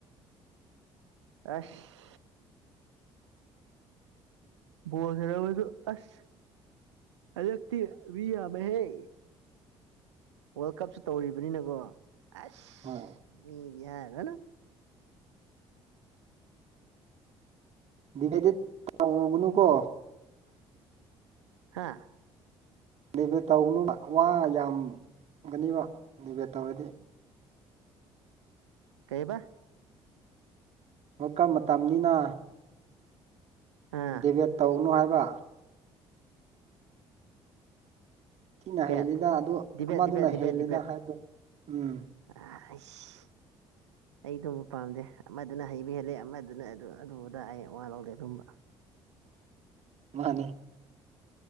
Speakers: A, on the right; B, on the right.
A: ꯑꯁ ꯕꯣꯜ ꯁꯥꯅꯕꯁꯨ ꯑꯁ ꯍꯟꯗꯛꯇꯤ ꯃꯤ ꯌꯥꯝꯃꯦꯍꯦ ꯋꯥꯔꯜ ꯀꯞꯁꯨ ꯇꯧꯔꯤꯕꯅꯤꯅꯀꯣ ꯑꯁ
B: ꯍꯣꯏ
A: ꯃꯤꯗꯤ ꯍꯥꯏꯔꯨꯔꯅꯨ
B: <unintelligible> ꯇꯧꯒꯅꯨꯀꯣ
A: ꯍꯥꯥ
B: ꯗꯤꯚꯦꯠ ꯇꯧꯒꯅꯨ ꯋꯥ ꯌꯥꯝꯒꯅꯦꯕ ꯗꯦꯚꯦꯠ ꯇꯧꯔꯗꯤ
A: ꯀꯩꯕ
B: ꯋꯥꯜ ꯀꯞ ꯃꯇꯝꯅꯤꯅ
A: ꯑꯥ
B: ꯗꯦꯕꯦꯠ ꯇꯧꯒꯅꯨ ꯍꯥꯏꯕ ꯁꯤꯅ
A: ꯕꯦꯠ
B: ꯍꯦꯜꯂꯤꯗ ꯑꯗꯨ
A: ꯗꯤꯕꯦꯠ
B: ꯑꯃꯗꯨꯅ
A: ꯗꯤꯕꯦꯠ ꯗꯤꯕꯦꯠ
B: ꯍꯦꯜꯂꯤꯗ
A: ꯗꯤꯕꯦꯠ
B: ꯍꯥꯏꯕ ꯎꯝ
A: <unintelligible> ꯑꯩ ꯑꯗꯨꯝꯕ ꯄꯥꯝꯗꯦ ꯑꯃꯗꯨꯅ ꯍꯩꯕ ꯍꯦꯜꯂꯦ ꯑꯃꯗꯨꯅ ꯑꯗꯨ ꯑꯗꯨꯗ ꯑꯩ ꯋꯥ ꯂꯧꯗꯦ ꯑꯗꯨꯝꯕ
B: ꯃꯥꯅꯦ